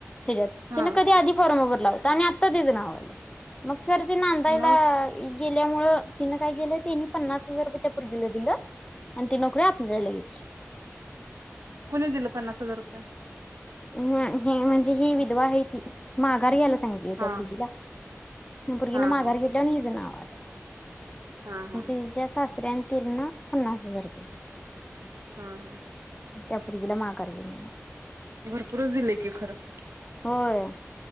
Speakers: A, on the left; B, on the right.
A: ह्याच्यात
B: हा
A: हीन कधी आधी बोलवल लावतानी आत्ता तिज लावल मग खरं ती नांदायला
B: मग
A: गेली आपल्यामुळ तिन काय केलं तिनी पन्नास हजार रुपय त्या पोरगीला दिलं आणि ती नोकरी आपल्याला गेली.
B: कुणी दिलं पन्नास हजार रुपये?
A: म्हणजे ही विधवा आहे ती माघार घ्यायला सांग.
B: हा
A: त्या पोरगीला. त्या पोरगीन
B: हा
A: माघार
B: हा
A: घेतल आणि हिज नाव आल.
B: हा हा
A: <unintelligible> तिज्या सास त्यानं तिनं पन्नास हजार रुपये दिलं.
B: हा हा.
A: त्या पोरगील माघार घे म्हणावं.
B: भरपूरच दिलय की खरं.
A: होय.